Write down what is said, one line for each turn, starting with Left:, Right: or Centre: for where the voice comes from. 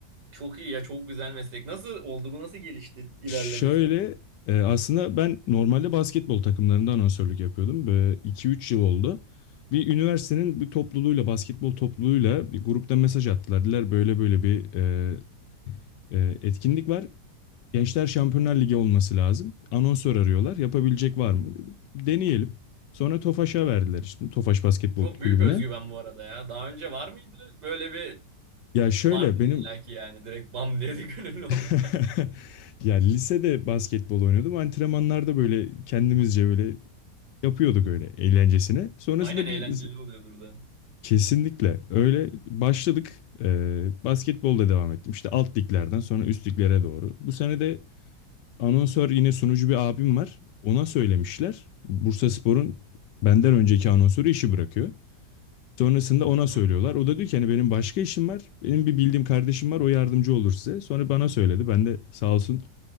Right: Çok iyi ya çok güzel meslek. Nasıl oldu bu nasıl gelişti ilerlemesi?
Left: Şöyle e, aslında ben normalde basketbol takımlarında anonsörlük yapıyordum. Böyle 2-3 yıl oldu. Bir üniversitenin bir topluluğuyla, basketbol topluluğuyla bir grupta mesaj attılar. Dediler böyle böyle bir e, e, etkinlik var. Gençler Şampiyonlar Ligi olması lazım. Anonsör arıyorlar. Yapabilecek var mı? Dedim, Deneyelim. Sonra Tofaş'a verdiler işte. Tofaş Basketbol
Right: Çok
Left: Kulübü'ne.
Right: büyük özgüven bu arada ya. Daha önce var mıydı? Böyle bir
Left: Ya şöyle
Right: vardır
Left: benim
Right: illaki yani direkt bam dedi <laughs> de gönüllü olunmaz
Left: <laughs>
Right: mı?
Left: ya lisede basketbol oynuyordum. Antrenmanlarda böyle kendimizce böyle yapıyorduk öyle eğlencesine. Sonrasında
Right: Aynen eğlenceli
Left: bir
Right: oluyordur da.
Left: kesinlikle öyle başladık. Ee, basketbolda devam ettim. İşte alt liglerden sonra üst liglere doğru. Bu sene de anonsör yine sunucu bir abim var. Ona söylemişler. Bursaspor'un benden önceki anonsörü işi bırakıyor. Sonrasında ona söylüyorlar.
Right: Hı hı.
Left: O da diyor ki hani benim başka işim var. Benim bir bildiğim kardeşim var. O yardımcı olur size. Sonra bana söyledi. Ben de sağ olsun